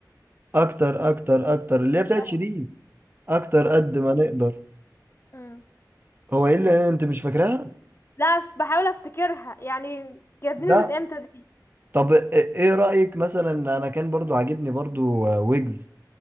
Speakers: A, on the right; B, on the left.
A: أكتر أكتر أكتر اللي هي بتاعت
B: اه
A: شيرين أكتر قد ما نقدر
B: امم
A: هو ايه اللي انت مش فاكراها؟
B: لا ف- بحاول افتكرها يعني كانت
A: لا
B: نزلت امتى دي
A: طب ايه رأيك مثلا انا كان برضو عاجبني برضو آه، ويجز